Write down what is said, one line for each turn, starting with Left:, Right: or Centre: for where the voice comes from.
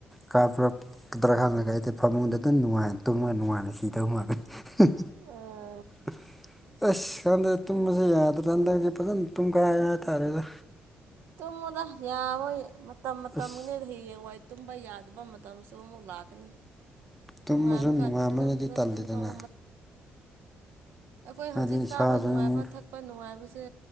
Centre: ꯀꯥꯞꯔꯛ ꯗ꯭ꯔ ꯈꯪꯗꯦ ꯑꯩꯗꯤ ꯐꯃꯨꯡꯗ ꯑꯗꯨꯝ ꯅꯨꯡꯉꯥꯏꯅ ꯇꯨꯝꯃ ꯅꯨꯡꯉꯥꯏ ꯀꯤꯗꯧ ꯃꯥꯜꯂꯦ <unintelligible>
Right: ꯑꯣ
Centre: <inaudible> ꯑꯁ ꯈꯪꯗꯦ ꯇꯨꯝꯕꯖꯦ ꯌꯥꯗ꯭ꯔꯀꯥꯟꯗ ꯍꯟꯗꯛꯇꯤ ꯐꯖꯅ ꯇꯨꯡꯒꯥꯏꯔꯦ ꯍꯥꯏꯇꯥꯔꯦꯗ
Right: ꯇꯨꯝꯃꯨꯗꯥ ꯌꯥꯔꯣꯏ ꯃꯇꯝ ꯃꯇꯝꯒꯤꯅꯦ
Centre: ꯑꯁ
Right: ꯍꯌꯦꯡꯋꯥꯏ ꯇꯨꯝꯕ ꯌꯥꯗꯕ ꯃꯇꯝꯁꯨ ꯑꯃꯨꯛ ꯂꯥꯛꯀꯅꯤ
Centre: ꯇꯨꯝꯕꯁꯨ
Right: ꯅꯨꯡꯉꯥꯏꯕ ꯀꯥꯟꯗ
Centre: ꯅꯨꯡꯉꯥꯏꯃꯜꯂꯗꯤ
Right: ꯐꯖ ꯐꯖꯅ
Centre: ꯇꯜꯂꯤꯗꯅ
Right: ꯇꯨꯝꯊꯣꯛꯑꯣ ꯃꯠ ꯑꯩꯈꯣꯏ
Centre: ꯍꯥꯏꯗꯤ
Right: ꯍꯧꯖꯤꯛ
Centre: ꯏꯁꯥꯁꯦ
Right: ꯆꯥꯕ ꯅꯨꯡꯉꯥꯏꯕ
Centre: ꯑꯃꯨꯛ
Right: ꯊꯛꯄ ꯅꯨꯡꯉꯥꯏꯕ ꯖꯦ